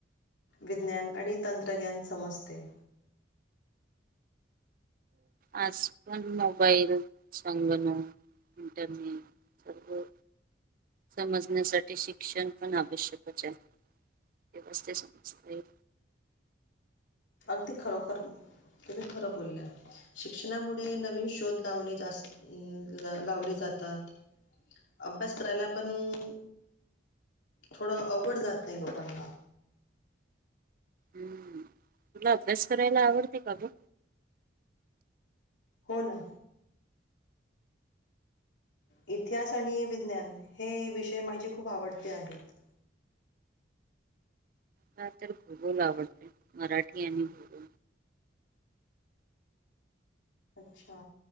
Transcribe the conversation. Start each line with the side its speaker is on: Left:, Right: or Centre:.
Left: विज्ञान आणि तंत्रज्ञान समजते
Right: आज पणं मोबाईल संगणक त्यांनी सर्व समजण्यासाठी शिक्षणं पणं आवश्यकच आहे व्यवस्थित दिसत नाहीं
Left: अगदीं खरों खरं तूम्ही खरं बोलल्या शिक्षणामुळे नवीन शोध लावणे जास्तं लावलें जातात अभ्यास करायला पणं थोडं अवघड जातं नाहीं लोकांना
Right: हम्मं तुला अभ्यास करायला आवडते कां गं
Left: हो ना इतिहास आणि विज्ञान हे विषय माझे खूंप आवडते आहेंत
Right: हं तरं भूगोल आवडते मराठी आणि भूगोल
Left: अच्छा